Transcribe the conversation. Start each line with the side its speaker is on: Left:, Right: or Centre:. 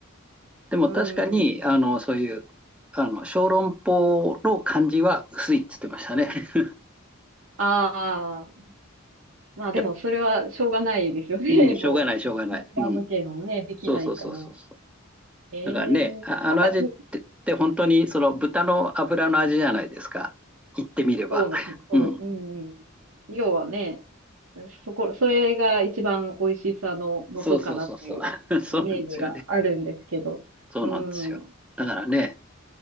Centre: でも確かに、
Right: うん。
Centre: あの、そういう、あの、小籠包の感じは薄いって言ってましたね。<laughs>
Right: ああ、まあでもそれはしょうがないですよね。
Centre: やっぱうん、
Right: <laughs> もう、
Centre: しょうがない、しょうがない。
Right: イスラム圏もね、
Centre: うん。
Right: できないから。
Centre: そうそうそうそうそう。
Right: え
Centre: だからね、
Right: え、
Centre: あ、
Right: なんかて、
Centre: あの味ってって本当にその豚の油の味じゃないですか。言ってみれば。
Right: そうな、そう、
Centre: うん。
Right: うんうん。要はね、そこ、それが一番美味しさの元かなっていうイメージがあるんですけど。
Centre: そうそうそうそう。<laughs> そうなんですよね。そうなんですよ。
Right: うん。
Centre: だからね、